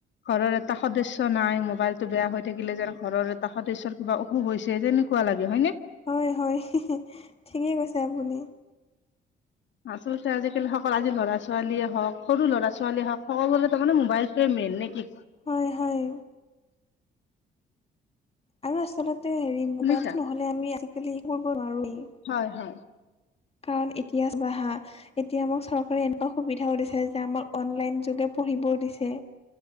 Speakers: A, on the left; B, on the left.
A: ঘৰৰ এটা সদস্য নাই মোবাইল টো বেয়া হৈ থাকিলে যেন ঘৰৰ এটা সদস্যৰ কিবা অস- সুষ হৈছে তেনেকুৱা লাগে হয়নে?
B: হয় হয়, ঠিকেই কৈছে আপুনি।
A: আচলতে আজিকালি সকল আজি ল'ৰা ছোৱালীয়ে হওক সৰু ল'ৰা ছোৱালীয়ে হওক সকলোৱৰে তাৰ মানে মোবাইল- টোৱে মেন নে কি?
B: হয় হয়। আৰু আচলতে হেৰি মোবাইলটো
A: শুনিছা
B: নহলে আমি আজিকালি একো কৰিব নোৱাৰোয়ে।
A: হয় হয়।
B: কাৰণ ইতিয়া চাবা হাঁ। এতিয়া আমাক চৰকাৰে এনেকুৱা সুবিধাও দিছে যে আমাক অনলাইন যোগে পঢ়িবও দিছে।